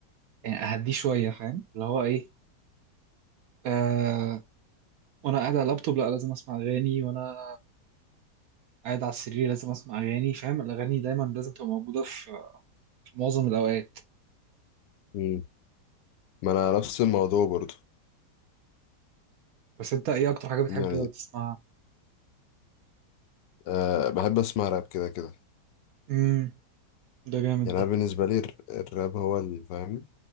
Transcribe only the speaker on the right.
يعني اهديه شويه فاهم اللي هو ايه آه، وانا قاعد على اللابتوب لا لازم اسمع اغاني وانا قاعد على السرير لازم اسمع اغاني فاهم الاغاني دايما لازم تبقى موجوده في في معظم الاوقات
بس انت ايه اكتر حاجه بتحب
تسمعها
امم ده جامد
ده